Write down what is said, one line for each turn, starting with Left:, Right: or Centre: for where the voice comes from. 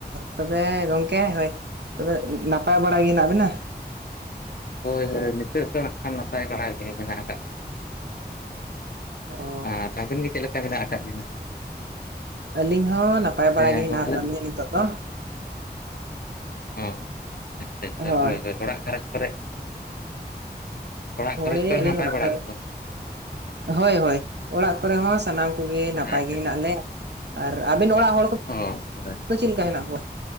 Right: ᱛᱚᱵᱮ ᱜᱚᱝᱠᱮ ᱦᱳᱭ ᱛᱚᱵᱮ ᱱᱟᱯᱟᱭ ᱵᱟᱲᱟ ᱜᱮ ᱦᱮᱱᱟᱜ ᱵᱤᱱᱟ?
Left: ᱦᱳᱭ ᱦᱳᱭ ᱱᱤᱛᱚᱜ ᱫᱚ ᱱᱟᱜ ᱠᱷᱟᱱ ᱱᱟᱯᱟᱭ ᱵᱟᱲᱟᱟᱜ ᱜᱮ ᱢᱮᱱᱟᱜ ᱠᱟᱜ ᱞᱤᱧᱟ ᱾
Right: ᱚ
Left: ᱟᱨ ᱟᱹᱵᱤᱱ ᱜᱮ ᱪᱮᱫ ᱞᱮᱠᱟ ᱢᱮᱱᱟᱜ ᱠᱟᱜ ᱵᱤᱱᱟ?
Right: ᱟᱹᱞᱤᱧ ᱦᱚᱸ ᱱᱟᱯᱟᱭ ᱵᱟᱲᱟ
Left: ᱦᱮᱸ
Right: ᱜᱮ ᱦᱮᱱᱟᱜ
Left: ᱜᱚᱝᱠᱮ
Right: ᱠᱟᱜ ᱞᱤᱧᱟ ᱱᱤᱛᱳ ᱫᱚ᱾
Left: ᱚ ᱟᱪᱷᱟᱻᱟᱪᱷᱟ,
Right: ᱦᱳᱭ
Left: ᱦᱳᱭ-ᱦᱳᱭ ᱚᱲᱟᱜ ᱜᱷᱟᱨᱚᱸᱡᱽ ᱠᱚᱨᱮ ᱚᱲᱟᱜ
Right: ᱦᱳᱭ
Left: ᱜᱷᱟᱨᱚᱸᱡᱽ ᱠᱚᱨᱮ
Right: ᱟᱞᱤᱧ
Left: ᱦᱚᱸ ᱱᱟᱯᱟᱭ
Right: ᱚᱲᱟᱜ
Left: ᱵᱟᱲᱟ
Right: ᱠᱚᱨᱮ
Left: ᱜᱮᱛᱚ?
Right: ᱦᱳᱭᱻᱦᱳᱭ, ᱚᱲᱟᱜ ᱠᱚᱨᱮ ᱦᱚᱸ ᱥᱟᱱᱟᱢ ᱠᱚᱜᱮ ᱱᱟᱯᱟᱭ
Left: ᱟᱪᱪᱷᱟ
Right: ᱜᱮ ᱦᱮᱱᱟᱜ ᱞᱮ᱾ ᱟᱨ ᱟᱵᱮᱱ ᱚᱲᱟᱜ ᱦᱚᱲ ᱠᱚ
Left: ᱚ ᱦᱳᱭ
Right: ᱫᱚ ᱪᱮᱫ ᱞᱮᱠᱟ ᱦᱮᱱᱟᱜ ᱠᱚᱣᱟ?